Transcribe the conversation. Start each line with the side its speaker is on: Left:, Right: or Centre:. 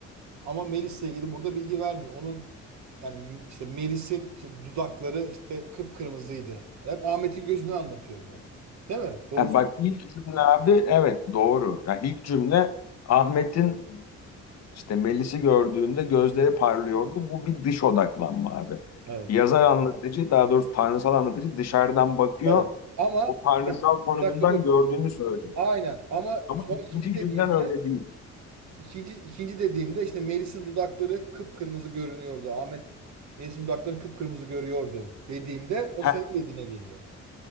Right: Ama Melis'le ilgili burada bilgi vermiyor. Onun yani işte Melis'in işte dudakları işte kıpkırmızıydı. Hep Ahmet'in gözünü anlatıyor bunu. Değil mi? Doğru
Left: Ha,
Right: söylüyorsun.
Left: bak ilk cümle abi evet doğru. Ya ilk cümle Ahmet'in işte Melis'i gördüğünde gözleri parlıyordu. Bu bir dış odaklanma abi.
Right: Evet.
Left: Yazar anlatıcı daha doğrusu tanrısal anlatıcı dışarıdan bakıyor.
Right: Evet. Ama
Left: O tanrısal
Right: bak,
Left: konumundan
Right: bir dakika dur.
Left: gördüğünü söylüyor.
Right: Aynen. Ama
Left: Ama
Right: sonra
Left: ikinci
Right: ikinci dediğimde
Left: cümlen öyle değil.
Right: ikinci ikinci dediğimde işte Melis'in dudakları kıpkırmızı görünüyordu. Ahmet Melis'in dudaklarını kıpkırmızı görüyordu dediğimde o
Left: Heh,
Right: senin dediğine geliyor.